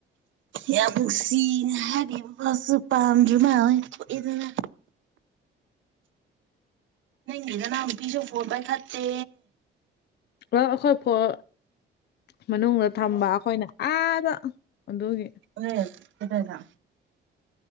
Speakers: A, on the right (about 70°); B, on the left (about 55°).
A: ꯌꯥꯕꯨꯨꯁꯤꯅ ꯍꯥꯏꯒꯁ ꯄꯥꯝꯖꯃ ꯏꯅ ꯅꯪꯒꯤꯗꯅꯝ ꯄꯤꯁꯨ ꯐꯣꯔ ꯄꯥꯏ ꯊꯠꯇꯦ
B: ꯄꯨꯂꯞ ꯑꯩꯈꯣꯏ ꯃꯅꯨꯡꯗ ꯊꯝꯕ ꯑꯩꯈꯣꯏꯅ ꯑꯥꯗ ꯑꯗꯨꯒꯤ
A: ꯔꯦ ꯀꯇꯥꯏꯗ